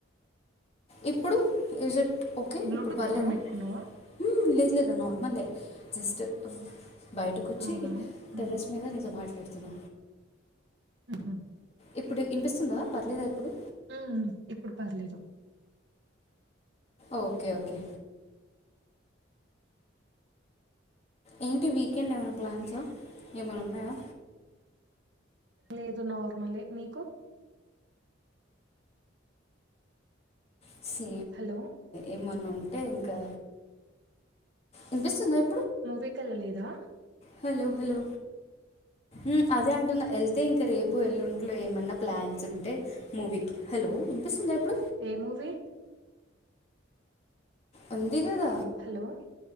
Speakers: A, on the left; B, on the right.
A: ఇప్పుడు ఈజ్ ఇట్ ఓకే
B: బ్లూటూత్
A: ఇప్పుడు పర్లేదా
B: ఏమన్నా పెట్టుకున్నావా
A: హుమ్ లేద్ లేదు నార్మలే జస్ట్ బయటకొచ్చి
B: అవునా ఉమ్,
A: టెర్రెస్ మీద నీతో మాట్లాడుత ఇత్తిన
B: ఉహు
A: ఇప్పుడు వినిపిస్తుందా పర్లేదా ఇప్పుడు
B: ము ఇప్పుడు పర్లేదు
A: ఓకే ఓకే ఏంటి వీకెండ్ ఏమైనా ప్లాన్సా ఏమైనా ఉన్నాయా
B: లేదు నార్మలే నీకు
A: స
B: హలో
A: ఏమన్నా ఉంటే ఇంకా ఇన్పిస్తుంద ఈ
B: మూవీ కెళ్ళలేదా
A: హలో హలో మ్ అదే అంటున్న వెల్ అయితే ఇంకా రేపు వెళ్ళుంట్లో ఏమన్నా ప్లాన్స్ ఉంటే మూవీకి హలో వినిపిస్తుందా ఇప్పుడు
B: ఏ మూవీ
A: అ దిగుద
B: హలో